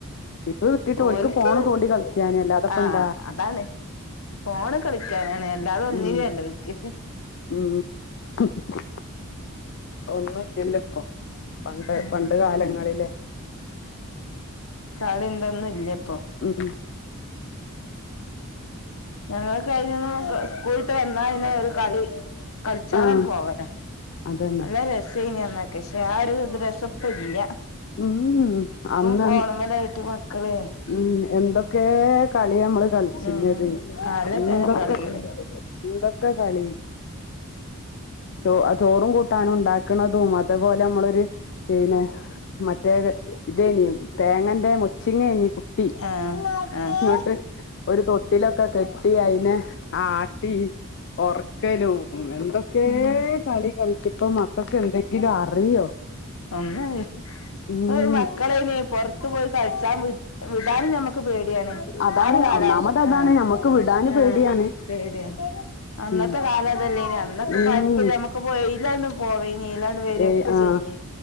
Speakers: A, on the left; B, on the left.
A: ലീവ് കിട്ടിട്ട് ഓല്ക്ക്
B: ഓൽക്ക്
A: ഫോണ് തോണ്ടി കളിക്കാന് അല്ലാതപ്പെന്താ
B: ആഹ് അതാണ് ഫോണ് കളിക്കാനാണ് അല്ലാതൊന്നിനുവല്ല
A: ഉം
B: ഓല്ക്ക്
A: ഉം <unintelligible> ഒന്നും ഇല്ലല്ലൊപ്പൊ പണ്ട്
B: ഉം
A: പണ്ട് കാലങ്ങളിലെ
B: കളിം ഇതൊന്നുല്ല്യപ്പൊ
A: ഉം ഉം
B: ഞങ്ങക്ക് അയ്നൊന്നും സ്കൂള്ട്ട് വന്നാ പിന്നെ ഒരു കളി കളിച്ചാനാണ്
A: ആഹ്
B: പോവലാ
A: അതന്നെ
B: നല്ല രസേനി അന്നൊക്ക പഷെ ആ ഒരു രസെപ്പെല്ല്യ
A: ഉം ഉം അന്ന്
B: ഫോണുമ്മലായിട്ട്
A: അന്ന്
B: മക്കളെ
A: ഉം എന്ത ക്കെ കളി ഞമ്മള് കൾച്ചിനത്
B: ഉം പലതരം
A: എന്തൊക്കെ
B: കളികള്
A: ക എന്തൊക്കെ കളി ചോ ചോറും കൂട്ടാനും ഇണ്ടാക്കണതും അത്പോലമ്മളൊരു പിന്നെ മറ്റേ ഇതേനീ തേങ്ങന്റെ മൊച്ചിങ്ങേനീ കു ട്ടി
B: ആഹ് ആഹ്
A: ഇങ്ങട്ട് ഒരു തൊട്ടിലൊക്കെ കെട്ടി അയിനെ ആ ട്ടി ഒർക്കലും എന്തൊക്കേ
B: ഉം
A: കളി കളിച്ച് ഇപ്പൊ മക്കക്കെന്തെങ്കിലും അറിയോ?
B: ഒന്ന് അറി ഇപ്പയ്ന്
A: ഉം
B: മക്കളയ്ന് പൊർത്ത് ത്തു പോയി കൾച്ചാ വിട് വിടാനും ഞമ്മക്ക് പേടിയാണ്
A: അതാണ്
B: ആ ഒരു കാലാവസ്ഥ
A: ഒന്നാമത് അതാണ്
B: ആഹ്
A: ഞമ്മക്ക് വിടാന് പേടിയാണ്
B: ആഹ് പേടിയ അന്നത്തെ
A: ഉം
B: കാലം അതല്ലേനി അന്നൊക്കെ
A: ഉം
B: കൊയപ്പല്ല്യ മ്മക്ക് പ്പൊ എയ്ലാണ്ട് പോവേനി എയ്ലാണ്ട് വെരേനി
A: ഏയ്
B: ഒക്കെ
A: ആഹ്
B: ചെയ്യേനി